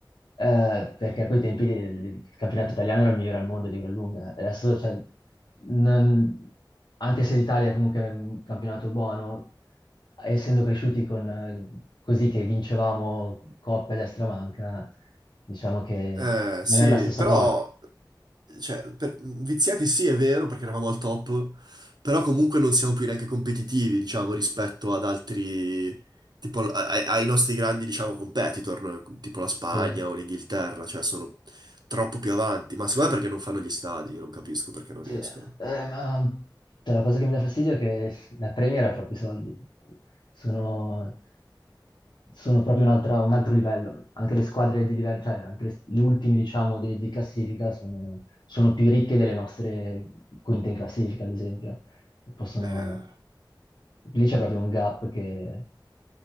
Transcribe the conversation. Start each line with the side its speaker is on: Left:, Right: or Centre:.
Left: Eh, perché a quei tempi il, il campionato italiano era il migliore al mondo di gran lunga. E Adesso, cioè, non- anche se l'Italia è comunque un campionato buono, essendo cresciuti con, eh, così che vincevamo coppe a destra e manca, diciamo che
Right: Eh,
Left: non
Right: sì,
Left: è la stessa
Right: però,
Left: cosa.
Right: cioè, per- viziati sì, è vero, perché eravamo al top, però comunque non siamo più neanche competitivi, diciamo, rispetto ad altri, tipo, a- a- ai nostri grandi, diciamo, competitor, no? tipo la Spagna
Left: Sì.
Right: o l'Inghilterra, cioè, sono troppo più avanti. Ma secondo me perché non fanno gli stadi, io non capisco perché non
Left: Sì,
Right: riescono.
Left: eh, ma cioè, la cosa che mi dà fastidio è che la Premier ha troppi soldi. Sono, sono proprio un'altra- un altro livello. Anche le squadre di livello, cioè anche le- gli ultimi, diciamo, di, di classifica sono, sono più ricche delle nostre quinte in classifica, ad esempio. E Possono...
Right: Eh.
Left: Lì c'è proprio un gap che,